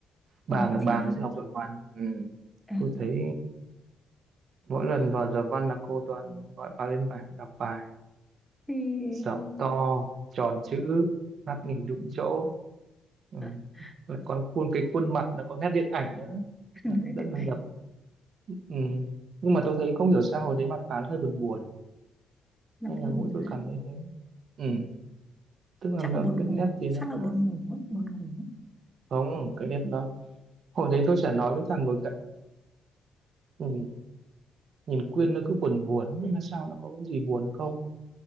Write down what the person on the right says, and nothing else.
bà
bà
ấy sẽ học giỏi văn ừ.
tôi thấy mỗi lần vào giờ văn là cô toàn gọi bà lên bài đọc bài
dạo to tròn chữ mắt nghỉ đúng chỗ ừ.
lại còn khuôn cái khuôn mặt nó có nét điện ảnh nữa
Nó rất
là
đẹp ừ. nhưng mà tôi thấy không hiểu sao hồi đấy mặt bà nó hơi buồn buồn
hay
là mỗi
tôi
cảm thấy thế ừ. tức là
nó
cái
nét thì nó,
nó
không cái nét đó hồi đấy tôi chả nói với thằng ngồi cạnh ừ. nhìn Quyên nó cứ buồn buồn không biết là sao nó có cái gì buồn không